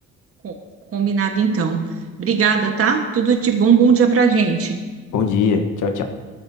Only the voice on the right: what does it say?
Com- Combinado, então. Obrigada, tá? Tudo de bom, bom dia pra gente.